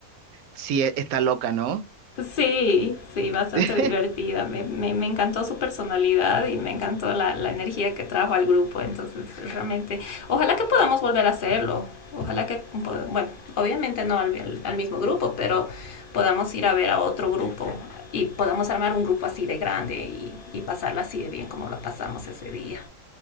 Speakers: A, on the right; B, on the left.
A: sí, e- está loca, ¿no?
B: Sí, sí, bastante
A: <laughs>
B: divertida. Me, me, me encantó su personalidad y me encantó la, la energía que trajo al grupo. Entonces, realmente, ojalá que podamos volver a hacerlo. Ojalá que, pod- bueno, obviamente no al, al al mismo grupo, pero podamos ir a ver a otro grupo y podamos armar un grupo así de grande y, y pasarla así de bien como lo pasamos ese día.